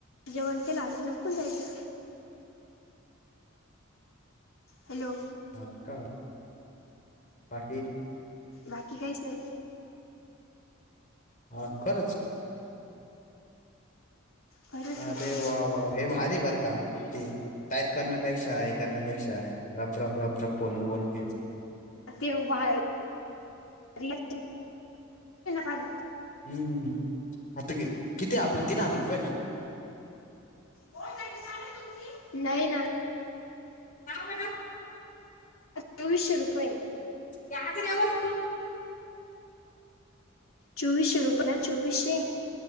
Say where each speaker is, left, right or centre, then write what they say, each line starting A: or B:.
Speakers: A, on the left (about 80°); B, on the left (about 40°).
A: जेवण केलं आहे, झोपून जायचं. हॅलो,
B: हा का बाकी,
A: बाकी, कायस नाही.
B: हा, खरंच
A: खरंच
B: अरे, वा वाह, हे भारी आहे. बर का ती टाईप करण्यापेक्षा, हे करण्यापेक्षा, रप -रप -रप -रप फोनवर बोलून घ्यायचं.
A: ते पाय <unintelligible> वाश,
B: हम्म, <inaudible> आता किती? आपल्या तीन हजार रुपये ना.
A: ओ, लाईट चालू हाय तुमची, नाही ना?
B: हा, बोला.
A: चोवीसशे रुपये.
B: त्या, आकडयावरती.
A: चोवीसशे रुपन चोवीसशे.